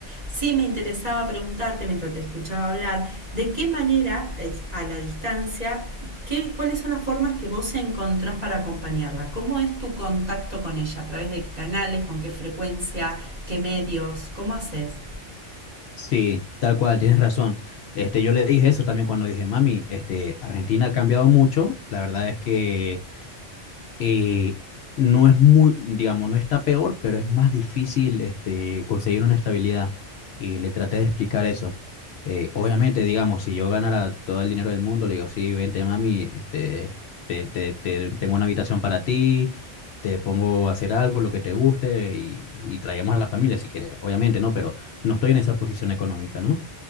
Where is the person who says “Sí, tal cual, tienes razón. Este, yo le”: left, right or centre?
Left